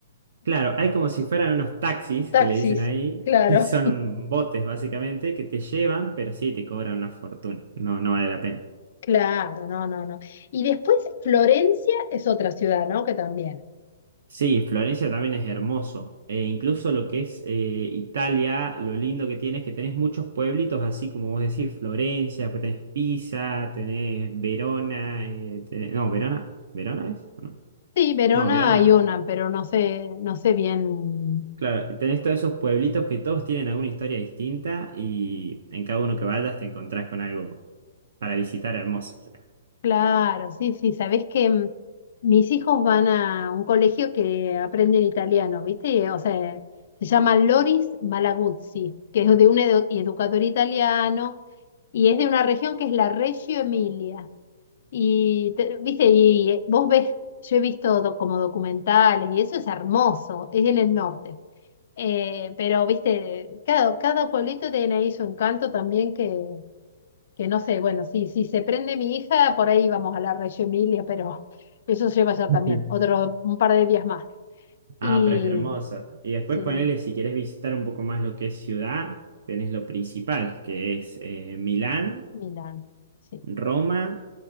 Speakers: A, on the right (about 65°); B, on the left (about 45°).
A: Claro, hay como si fueran unos taxis
B: Taxis,
A: que le dicen ahí,
B: claro,
A: que son botes básicamente, que te llevan, pero sí te cobran una fortuna. No, no vale la pena.
B: claro, no, no, no. Y después Florencia es otra ciudad, ¿no? Que también.
A: Sí, Florencia también es hermoso. Eh, incluso lo que es eh, Italia, lo lindo que tiene es que tenés muchos pueblitos, así como vos decís, Florencia, pues tenés Pisa, tenés Verona, eh, tenés- no, Verona, ¿Verona es? No,
B: Sí, Verona
A: no, Verona.
B: hay una, pero no sé, no sé bien.
A: Claro, tenés todos esos pueblitos que todos tienen alguna historia distinta y en cada uno que vayas te encontrás con algo para visitar hermoso. o
B: Claro, sí, sí, sabés que mm, mis hijos van a un colegio que aprenden italiano, ¿viste? O sea, se llama Loris Malaguzzi, que es de un edu- educador italiano y es de una región que es la Reggio Emilia. Y, te- viste, y vos ves, yo he visto do- como documentales y eso es hermoso, es en el norte. Eh, pero, viste, cada, cada pueblito tiene ahí su encanto también que, que no sé, bueno, si, si se prende mi hija, por ahí vamos a la Reggio Emilia, pero <laughs> eso lleva ya también,
A: sea. <laughs>
B: otro, un par de días más.
A: Ah,
B: Y
A: pero es hermoso. Y después
B: sí,
A: ponele, si querés visitar un poco más lo que es ciudad, tenés lo principal, que es eh, Milán,
B: Milán, sí.
A: Roma,